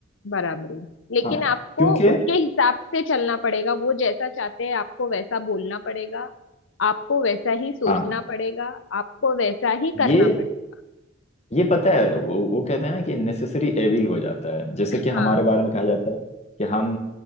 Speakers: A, on the left; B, on the left.
A: बराबरी लेकिन
B: हाँ हाँ।
A: आपको
B: क्योंकि
A: उनके हिसाब से चलना पड़ेगा वो जैसा चाहते हैं आपको वैसा बोलना पड़ेगा आपको वैसा ही सोचना
B: हाँ
A: पड़ेगा आपको वैसा ही करना
B: ये
A: पड़ेगा
B: ये पता है वो, वो कहते हैं ना कि नेसेसरी एविल हो जाता है जैसे
A: हाँ
B: कि हमारे बारे में कहा जाता है कि हम